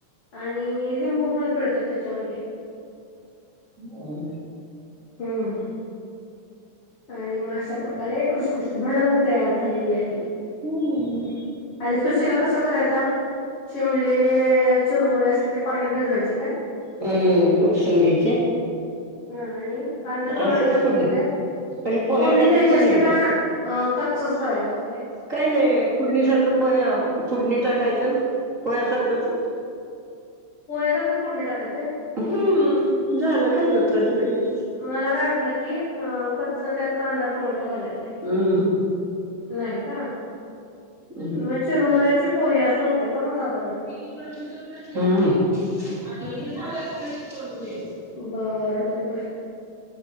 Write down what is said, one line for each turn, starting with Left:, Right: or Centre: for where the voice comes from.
Left: आणि लिंबू पण पिळतात त्याच्यामध्ये.
Right: हो.
Left: हम्म. आणि मग अशा प्रकारे खुसखुशीत, भडंग तयार झालेली आहे.
Right: हम्.
Left: आणि सुशला कस करायचा. शिमलेले चुरमुरे असे ते पाण्यात भिजवायचे काय.
Right: हम्म उपसंगीचे.
Left: हा आणि कांदा टोमॅटो
Right: असंच
Left: घालतात,
Right: फोडणी
Left: त्या त्यात
Right: अशी पोह्यासारखी
Left: फोडणी द्यायची
Right: फोडणीला
Left: असते का.
Right: टाक.
Left: अ कच्चच करायचं असते.
Right: काय नाही फुडणीसारखं पोह्या, फुडणी टाकायचं पोह्यासारखंच.
Left: पोयासारखच प कोडणी टाकायचंय.
Right: हम्म झालं काध उतराचं लगेच.
Left: मला काय वाटलं की कच्च, त्यात कांदा टोमॅटो घालायचा. आहे
Right: हम्.
Left: नाही का
Right: हम्म
Left: मग चिरमुऱ्याचे पोहे असं, होते का मग साधारण.
Right: हम.
Left: हम्म बर बर बर..... !